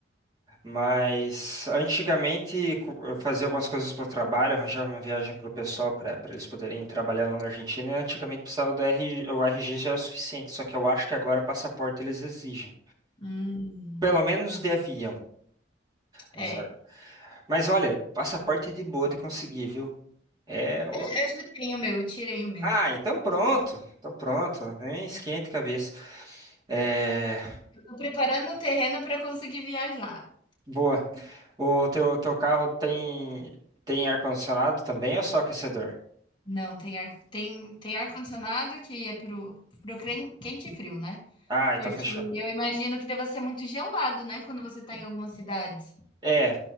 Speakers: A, on the right; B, on the left.
A: Mas antigamente co- eu fazia algumas coisas para o trabalho, arranjava uma viagem para o pessoal para eles poderem trabalhar lá na Argentina. E antigamente precisava do RG, o RG já era o suficiente, só que eu acho que agora passaporte eles exigem.
B: Hum,
A: Pelo menos de avião. Exa-
B: é,
A: Mas olha, passaporte é de boa de conseguir, viu? É. o-
B: eu já eu já tenho o meu, eu tirei o meu.
A: Ah, então pronto. Então pronto. Nem esquente cabeça. É.
B: Eu tô preparando o terreno para conseguir viajar.
A: Boa. O teu, teu carro tem, tem ar-condicionado também ou só aquecedor?
B: Não, tem ar tem tem ar-condicionado que é pro, pro crem quente e frio, né?
A: Ah,
B: Porque
A: então fechou.
B: eu imagino que deva ser muito gelado, né, quando você está em algumas cidades.
A: É,